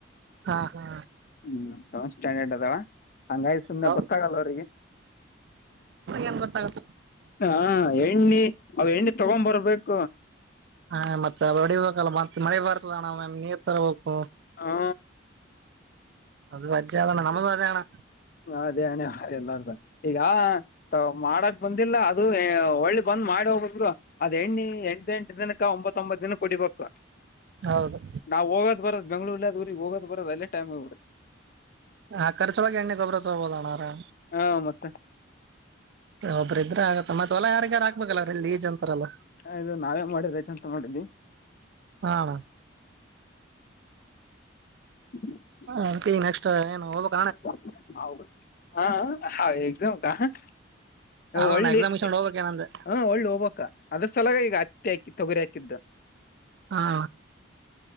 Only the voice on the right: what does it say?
ಹಾ ಹಾ.
ಹಾ
ಏನ್ ಗೊತ್ತಾಗತ್ತ
ಹಾ ಮತ್ತ ಹೊಡಿಬೇಕಲ್ಲ ಮತ್ತ ಮಳೆ ಬರ್ತದ ಅಣ್ಣ ಒಮ್ಮ ಒಮ್ಮಿ ನೀರ ತರಬೇಕು.
ಅದು ವಜ್ಜಿ ಅದ ಅಣ್ಣ ನಮ್ಮದು ಅದೇ ಅಣ್ಣ.
ಹೌದು
ಆ ಖರ್ಚ ಒಳಗ ಎಣ್ಣಿ ಗೊಬ್ಬರ ತಗೋಬಹುದು ಅಣ್ಣ.
ಒಬ್ಬ್ರ ಇದ್ರ ಆಗತ್ತ ಮತ್ತ ಹೊಲ ಯಾರಿಗರ ಹಾಕ್ಬೇಕಲ್ಲ ಅದೇನ ಲೀಜ್ ಅಂತರಲ್ಲ.
ಹಾ ಅಣ್ಣ.
ಆಕಿ ನೆಕ್ಸ್ಟ್ ಏನ್ ಓದಕೆ
ಅಲ್ಲಣ್ಣ
ಎಕ್ಸಾಮಿಷನ್ ಹೋಗ್ಬೇಕ ಏನಂದೆ
ಹಾ